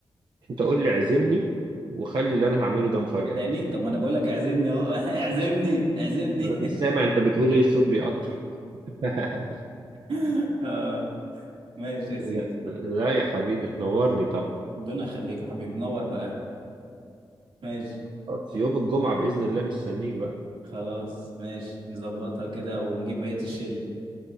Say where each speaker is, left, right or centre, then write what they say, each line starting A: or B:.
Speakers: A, on the right; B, on the right.
A: انت قول لي عزمني وخلي اللي انا هعمله ده مفاجأة
B: تاني طب ما انا بقول لك اعزمني اهو <laughs> اعزمني اعزمني
A: ما انا مش سامع انت بتقول ايه الصوت بيقطع <laughs>
B: <laughs> اه ماشي
A: لا
B: يا سيدي
A: لا يا حبيبي تنورني طبعا
B: ربنا يخليك يا حبيبي نور باهلك ماشي
A: خلاص، يوم الجمعة بإذن الله مستنيك بقى
B: خلاص ماشي نظبطها كده ونجيب بقية الشل